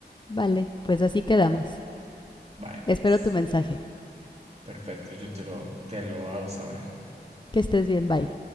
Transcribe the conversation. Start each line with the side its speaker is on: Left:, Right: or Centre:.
Left: Vale, pues así quedamos.
Right: Vaya,
Left: Espero
Right: pues,
Left: tu mensaje.
Right: perfecto, yo te lo, te lo hago saber.
Left: Que estés bien, bye.